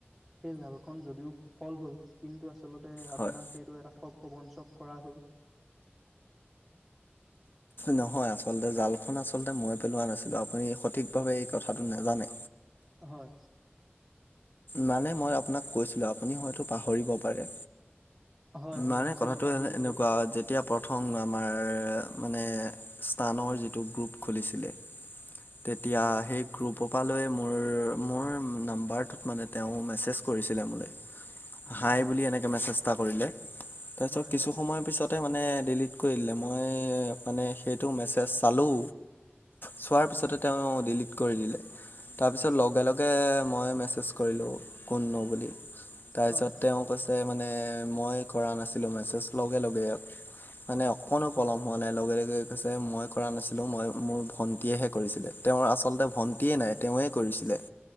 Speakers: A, in the centre; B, on the left.
A: সেই জালখন যদিও ফল হ'ল, কিন্তু আচলতে আপোনাক
B: হয়
A: সেইটো এটা ঠগ প্ৰবঞ্চক কৰা হ'ল।
B: নহয় আচলতে জালখন আচলতে মই পেলোৱা নাছিলো, আপুনি সঠিকভাৱে এই কথাটো নাজানে।
A: হয়।
B: মানে মই আপোনাক কৈছিলোঁ, আপুনি হয়তো পাহৰিব পাৰে।
A: হয়, হয়,
B: মানে
A: মই চাগে
B: কথাটো
A: পাহৰিছো।
B: এনেকুৱা যে যেতিয়া প্ৰথম আমাৰ মানে স্তানৰ যিটো গ্ৰুপ খুলিছিলে
A: <inaudible>
B: তেতিয়া সেই গ্ৰুপৰ পা লৈ মোৰ-মোৰ নাম্বাৰ টোত মানে তেওঁ মেছেজ কৰিছিলে মোলে, হাই
A: হয়,
B: বুলি এনেকে মেছেজ এটা কৰিলে। তাৰপিছত
A: হয়,
B: কিছু
A: হয়,
B: সময়ৰ পিছত তে মানে ডিলিট কৰি দিলে, মই মানে সেইটো মেছেজ চালোঁ। চোৱাৰ পিছতে তেওঁ ডিলিট কৰি দিলে, তাৰপিছত লগে- লগে মই মেছ <unintelligible> কৰিলোঁ কোননো বুলি, তাৰপিছত
A: হয়, হয়,
B: তেওঁ কৈছে তে মানে মই কৰা নাছিলোঁ মেছেজ, লগে- লগে <unintelligible> মানে অকণো পলম হোৱা নাই লগে- লগে কৈছে, মই কৰা নাছিলোঁ মই মোৰ ভণ্টীয়েহে কৰিছিলে। তেওঁৰ আচলতে ভণ্টিয়েই নাই, তেওঁৱে কৰিছিলে।